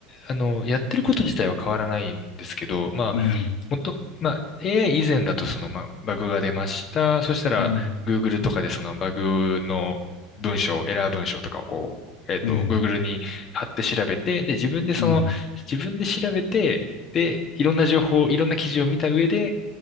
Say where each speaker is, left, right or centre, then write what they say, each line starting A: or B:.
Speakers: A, on the left; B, on the left.
A: あの、やってること自体は変わらないんですけど、まあ、
B: ええ、
A: もっと、まあ、AI 以前だとその、まあ、バグが出ました。そしたら、
B: うん。
A: Google とかでそのバグの文章、エラー文章とかをこう、えっと、
B: ええ、
A: Google に貼って調べて、で、自分でその、
B: ええ、
A: 自分で調べて、で、いろんな情報、いろんな記事を見た上で、